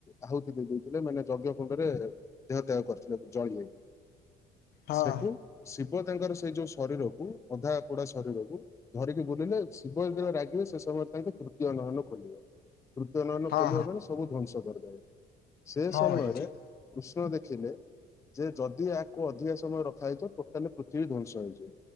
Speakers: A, on the left; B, on the left.
A: ଆହୁତି ଦେଇ ଦେଇଥିଲେ ମାନେ ଯଜ୍ଞ କୁଣ୍ଡରେ। ଦେହତ୍ୟାଗ କରିଥିଲେ, ଜଳିଯାଇଥିଲେ
B: ହଁ
A: ସେଠୁ ଶିବ ତାଙ୍କର ସେଇ ଯୋଉ ଶରୀରକୁ ଅଧା ପୋଡା ଶରୀରକୁ ଧରିକି ବୁଲିଲେ, ଶିବ ଯେତେବେଳେ ରାଗିବେ ସେ ସମୟରେ ତାଙ୍କ ତୃତୀୟ ନୟନ ଖୋଲିବ। ତୃତୀୟ ନୟନ
B: ହଁ
A: ଖୋଲିବ ମାନେ ସବୁ ଧ୍ବଂସ କରିଦେବେ। ସେ
B: ହଁ
A: ସମୟରେ
B: ହଁ ଭାଇ ଠିକ୍
A: କୃଷ୍ଣ ଦେଖିଲେ, ଯେ ଯଦି ଏହାକୁ ଅଧିକା ସମୟ ରଖା ହେଇଚ ଟୋଟାଲେ ପୃଥିବୀ ଧ୍ଵଂସ ହେଇଯିବ।